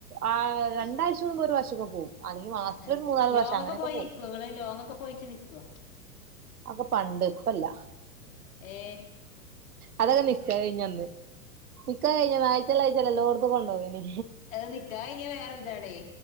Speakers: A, on the right; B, on the left.
A: അ രണ്ടാഴ്ച കൂടുമ്പൊ ഒരു പ്രാവ്ശ്യോക്കെ പോവും അല്ലെങ്കിൽ മാസത്തില്
B: ആ
A: ഒരു മൂന്നാല് പ്രാവശ്യം
B: ലോങ്ങൊക്കെ
A: അങ്ങനെയൊക്കെ
B: പോയിക്കോങ്ങള്
A: പോവും.
B: ലോങ്ങൊക്കെ പോയിട്ട് നിക്കോ?
A: അക്കെ പണ്ട് ഇപ്പല്ല
B: ഏ
A: അതൊക്കെ നിക്കാഹ് കഴിഞ്ഞന്ന് നിക്കാഹ് കഴിഞ്ഞ ആഴ്ച്ചേല് ആഴ്ച്ചേല് എല്ലോട്ത്ത്ക്കൊണ്ടോയേനി
B: അത് നിക്കാഹയ്ഞ്ഞാ വേറൊരിതാണേയ്